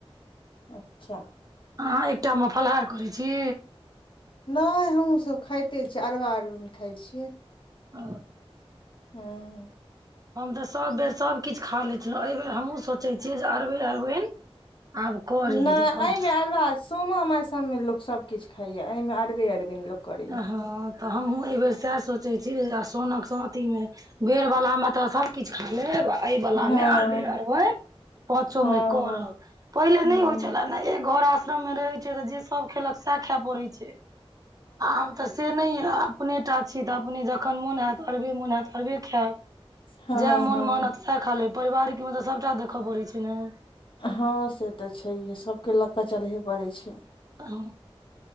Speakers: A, on the left (about 55°); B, on the right (about 35°).
A: अच्छा
B: अहाँ एकटामे फलहार करै छी।
A: नैय हमहूँसब खाइते छी अरबा अरबैन खाइ छियै।
B: अ
A: हूं
B: हम तऽ सभ बेर सभकिछु खा लैत छलौं के बेर हमहूँ सोैचै छी जे अरबे अरबैन आब करी
A: नहि
B: जे अपन
A: एहिमे अरबा सोमा मायसमे लोक सब किछ खाइया अइमे अरबे अरबैन लोक करैया
B: अ हँ तऽ हमहूँ एहि बेेर सैह सोचै छी आ सोनक शंतिमे बेरह बाला म त सब किछ खा लेब अइबला
A: हँ
B: मे अरबे-अरबैन पाचो
A: हँ
B: में करब,
A: हँ
B: पहिले
A: हूँ
B: नइ होइ छलै। जेना एक घर आश्रम मे रहै छै तऽ जे सब खेलक सै खैय पड़ै छै। आब तऽ से नइ अइ आब अपने टा छी तऽ अपने जखन मोन हैत अरबे मोन हैत त अरबे खैब
A: हँ
B: जए मोन
A: हँ
B: मानत सैह खालेब, परिवारिकमे तऽ सबटा देखऽ पड़ै छै ने।
A: हँ से तऽ छैहे, सभके लऽ कऽ चलहे पड़ै छै।
B: ह